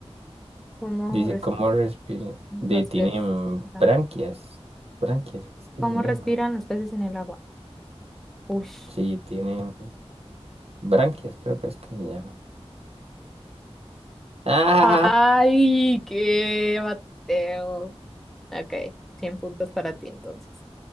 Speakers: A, in the centre; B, on the right.
A: ¿Cómo
B: Dice,
A: respiran
B: ¿cómo respiran?
A: los
B: De, tienen
A: peces en el agua?
B: branquias, branquias, es que
A: ¿Cómo
B: se
A: respiran
B: llama.
A: los peces en el agua? Ush,
B: Sí, tienen branquias, creo que es que se llama. <laughs> Ah,
A: Ay, qué bateo. Ok, 100 puntos para ti entonces.